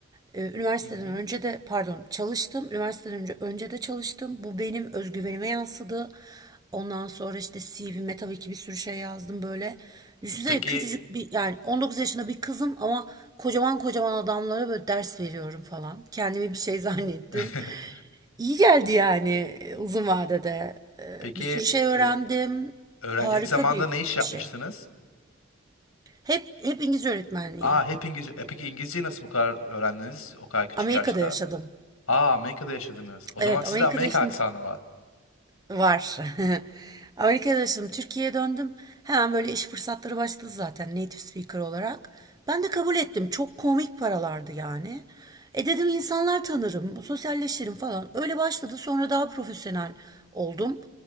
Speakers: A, on the right (about 15°); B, on the left (about 70°).
A: E, üniversiteden
B: Hı hı.
A: önce de pardon çalıştım. Üniversiteden önce önce de çalıştım. Bu benim özgüvenime yansıdı. Ondan sonra işte CV'me tabii ki bir sürü şey yazdım böyle. Düşünsene
B: Peki
A: küçücük bir yani 19 yaşında bir kızım ama kocaman kocaman adamlara böyle ders veriyorum falan. Kendimi bir şey <laughs> zannettim.
B: <laughs>
A: İyi geldi yani e, uzun vadede. E,
B: peki
A: Bir sürü şey öğrendim.
B: ö- öğrencilik
A: Harika
B: zamanında
A: bir
B: ne iş
A: bir
B: yapmıştınız?
A: şey. Hep hep İngilizce öğretmenliği.
B: Aa hep İngilizce. E peki İngilizceyi nasıl bu kadar öğrendiniz o kadar küçük
A: Amerika'da
B: yaşta?
A: yaşadım.
B: Aa Amerika'da yaşadınız. O
A: Evet,
B: zaman sizde
A: Amerika'da
B: Amerika
A: yaşadım.
B: aksanı var.
A: Var. <laughs> Amerika'da yaşadım. Türkiye'ye döndüm. Hemen böyle iş fırsatları başladı zaten native speaker olarak. Ben de kabul ettim. Çok komik paralardı yani. E dedim insanlar tanırım, sosyalleşirim falan. Öyle başladı. Sonra daha profesyonel oldum.